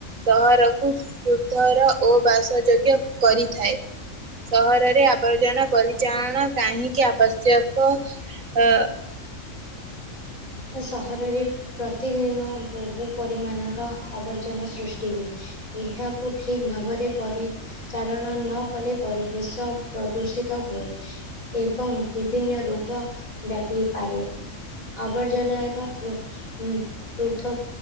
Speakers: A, on the right (about 75°); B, on the left (about 90°).
A: ସହରକୁ ସୁଧର ଓ ବାସଯୋଗ୍ୟ କରିଥାଏ। ସହରରେ ଆବର୍ଜନା ପରିଚାଳନା କାହିଁକି ଆବଶ୍ୟକ ଅ
B: ସହରରେ ପ୍ରତିଦିନ ବହୁ ପରିମାଣର ଆବର୍ଜନା ସୃଷ୍ଟି ହୁଏ। ଏହାକୁ ଠିକ୍ ଭାବରେ ପରିଚାଳନା ନ କଲେ ପରିବେଶ ପ୍ରଦୂଷିତ ହୁଏ ଏବଂ ବିଭିନ୍ନ ରୋଗ ବ୍ୟାପିପାରେ। ଆଉ ଆବର୍ଜନା ର ପୃ ପୃଥକ